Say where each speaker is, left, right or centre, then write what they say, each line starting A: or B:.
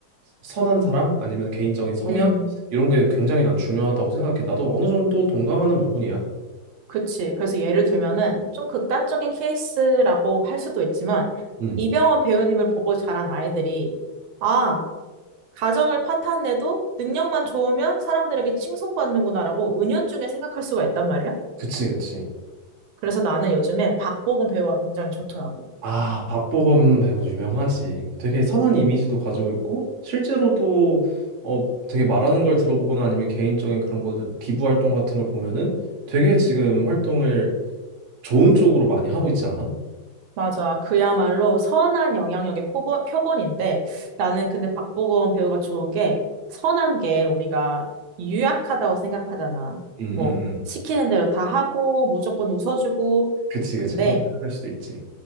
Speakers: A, on the right; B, on the right.
A: 선한 사람 아니면 개인적인 성향
B: 음,
A: 이런 게 굉장히 난 중요하다고 생각해. 나도 어느 정도 동감하는 부분이야.
B: 그치. 그래서 예를 들면은 좀 극단적인 케이스라고 할 수도 있지만
A: 음,
B: 이병헌 배우님을 보고 자란 아이들이 아, 가정을 파탄 내도 능력만 좋으면 사람들에게 칭송받는구나라고 은연중에 생각할 수가 있단 말이야.
A: 그치, 그치.
B: 그래서 나는 요즘에 박보검 배우가 굉장히 좋더라고.
A: 아, 박보검 배우 유명하지. 되게 선한 이미지도 가지고 있고, 실제로도 어, 되게 말하는 걸 들어보거나 아니면 개인적인 그런 것들, 기부 활동 같은 걸 보면은 되게 지금 활동을 좋은 쪽으로 많이 하고 있지 않아?
B: 맞아. 그야말로 선한 영향력의 표본, 표본인데 나는 근데 박보검 배우가 좋은 게 선한 게 우리가 유약하다고 생각하잖아.
A: 응,
B: 뭐
A: 응, 응.
B: 시키는 대로 다 하고 무조건 웃어주고
A: 그치,
B: 근데
A: 그치. 그렇게 생각할 수도 있지.